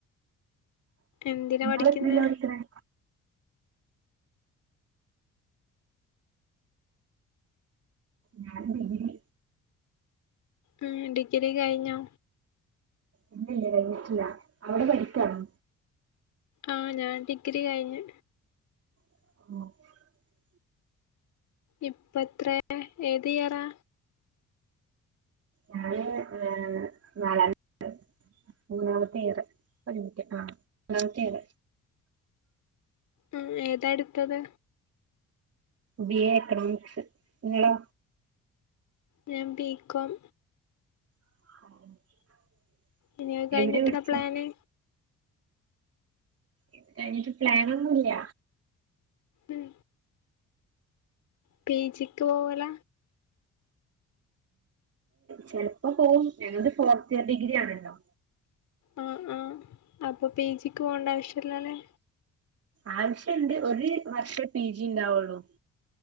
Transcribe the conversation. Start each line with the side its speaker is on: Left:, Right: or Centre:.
Left: എന്തിനാ
Right: നിങ്ങൾ
Left: പഠിക്കുന്നെ
Right: എത്രിലാ പഠിക്കുന്നത് ഞാൻ ഡിഗ്രി
Left: ഉം ഡിഗ്രി കഴിഞ്ഞോ
Right: ഇല്ല ഇല്ല കഞ്ഞിട്ടില്ല അവിടെ പഠിക്കാണോ
Left: ആ ഞാൻ ഡിഗ്രി കഴിഞ്ഞു
Right: ആ
Left: ഇപ്പത്ര ഏത് ഇയറാ
Right: ഞാന് ഏ നാലാമത്തെ മൂന്നാമത്തെ ഇയർ ഒരു മിനിറ്റ് ട്ട ആ മൂന്നാമത്തെ ഇയർ
Left: ആ ഏതാടുത്തത്
Right: ബി എ എക്കണോ മിക്സ് നിങ്ങളോ
Left: ഞാൻ ബി കോം
Right: <inaudible>
Left: ഇനി കഴിഞ്ഞിട്ട്
Right: എവിടെ പഠിച്ചേ
Left: എന്താ പ്ലാന്
Right: ഇത് കഴിട്ട് പ്ലാനൊന്നുമില്ല
Left: ഉം പി ജിക്ക് പോവല
Right: ചിലപ്പോ പോവും ഞങ്ങത് ഫോർത്ത് ഇയർ ഡിഗ്രി ആണല്ലോ
Left: ആഹ ആഹ അപ്പൊ പി ജിക്ക് പോകേണ്ട ആവശ്യല്ലല്ലേ
Right: ആവശ്യംണ്ട് ഒരു വർഷേ പി ജി ഉണ്ടാവുള്ളു